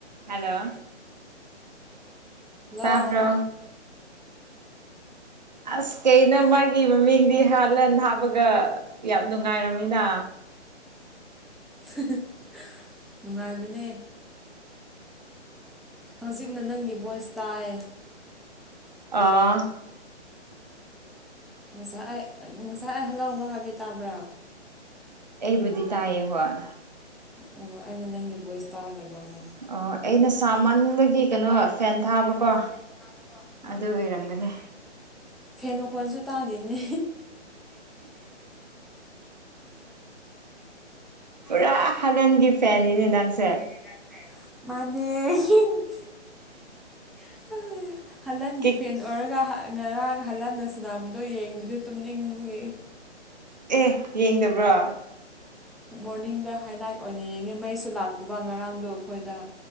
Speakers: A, on the right; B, in the centre.
A: hello
B: hello
A: ꯇꯥꯕ꯭ꯔꯣ ꯑꯁ ꯀꯩꯅꯣ ꯃꯥꯒꯤ ꯃꯃꯤꯡꯗꯤ ꯍꯥꯥꯟꯂꯦꯟ ꯍꯥꯞꯄꯒ ꯌꯥꯝ ꯅꯨꯡꯉꯥꯏꯔꯝꯃꯤꯅ
B: <unintelligible> ꯅꯨꯡꯉꯥꯏꯕꯅꯦ ꯍꯧꯖꯤꯛꯅ ꯅꯪꯒꯤ ꯚꯣꯏꯁ ꯇꯥꯏꯌꯦ
A: ꯑꯥ
B: ꯉꯁꯥꯏ ꯑꯩ ꯉꯁꯥꯏ ꯑꯩ ꯍꯜꯂꯥꯎ ꯍꯜꯂꯥꯎ ꯍꯥꯏꯕꯤ ꯇꯥꯕ꯭ꯔꯣ
A: ꯑꯩꯕꯨꯗꯤ ꯇꯥꯏꯌꯦ ꯍꯣꯏ
B: ꯑꯣ ꯑꯩꯅ ꯅꯪꯒꯤ ꯚꯣꯏꯁ ꯇꯥꯗꯕ ꯑꯃꯨꯛ
A: ꯑꯣ ꯑꯩꯅ ꯁꯥꯃꯟꯕꯒꯤ ꯀꯩꯅꯣ ꯐꯦꯟ ꯊꯥꯕꯀꯣ
B: <unintelligible>
A: ꯑꯗꯨ ꯑꯣꯏꯔꯝꯒꯅꯤ
B: ꯐꯦꯟ ꯃꯈꯣꯟꯁꯨ ꯇꯥꯗꯦꯅꯦ
A: ꯄꯨꯔꯥ ꯍꯂꯟꯒꯤ ꯐꯦꯟꯅꯤꯅꯦ ꯅꯪꯁꯦ
B: ꯅꯪꯁꯦ <unintelligible> ꯃꯥꯅꯦ <unintelligible> <unintelligible> ꯍꯜꯂꯟꯒꯤ
A: ꯀꯤꯛ
B: ꯐꯦꯟ ꯑꯣꯏꯔꯒ ꯉꯔꯥꯡ ꯍꯜꯍꯟꯅ ꯁꯥꯟꯅꯕꯗꯣ ꯌꯦꯡꯗ꯭ꯔꯤ ꯇꯨꯝꯅꯤꯡꯕꯒꯤ
A: ꯑꯦ ꯌꯦꯡꯗꯕ꯭ꯔꯥ
B: ꯃꯣꯔꯅꯤꯡꯗ ꯍꯥꯏꯂꯥꯏꯠ ꯑꯣꯏꯅ ꯌꯦꯡꯉꯤ ꯃꯩꯁꯨ ꯂꯥꯛꯇꯕ ꯉꯔꯥꯡꯗꯣ ꯑꯩꯈꯣꯏꯗ